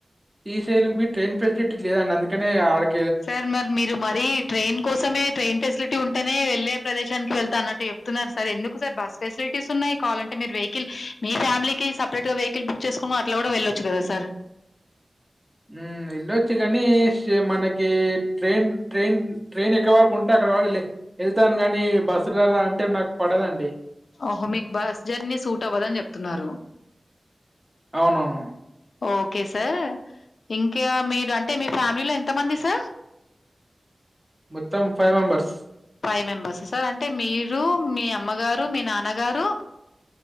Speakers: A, on the right; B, on the left.
A: శ్రీశైలం కి ట్రైన్ ఫెసిలిటీ లేదండి అందుకనే ఆడకి
B: సార్ మరి మీరు మరి ట్రైన్ కోసమే ట్రైన్ ఫెసిలిటీ ఉంటేనే వెళ్ తె ప్రదేశానికి వెళ్తా అన్నటు చెప్తున్నారు సార్ ఎందుకు సార్ బస్ ఫెసిలిటీ న్నాయి కావాలంటే మీరు వెహికల్ మీ ఫ్యామిలీకి సపరేట్ గా వెహి కిల్ బుక్ చేసుకుని అట్లా కూడా వెళ్ళొచ్చు కదా సార్
A: హ్మ్మ్ వెళ్లొచ్చు గానీ ఇక మనకి ట్రైన్ ట్రైన్ ట్రైన్ ఎక్కడివరకు ఉంటే అక్కడ వరకు వె వెళ్తాను కానీ బస్సులల్లో అంటే నాకు పడదండి
B: ఓహో! మీకు బస్ జర్నీ సూట్ అవ్వదని జెప్తున్నారు.
A: అవునవును
B: ఓకే సార్ ఇంకా మీరు అంటే మీ ఫ్యామిలీలో ఎం ఎంతమంది సార్
A: మొత్తం five members
B: five members sir అంటే మీరు మీ అమ్మగారు మీ నాన్నగారు